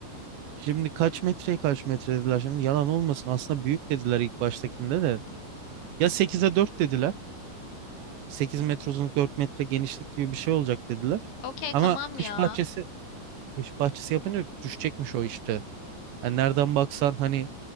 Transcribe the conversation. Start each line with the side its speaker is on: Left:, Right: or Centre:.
Right: şimdi kaç metreye kaç metre dediler. Şimdi yalan olmasın. Aslında büyük dediler ilk baştakinde de. Ya 8'e 4 dediler. sekiz metre uzunluk 4 metre genişlik gibi bir şey olacak dediler.
Left: Okey tamam
Right: Ama kış
Left: ya.
Right: bahçesi kış bahçesi yapınca düşecekmiş o işte. Yani nereden baksan hani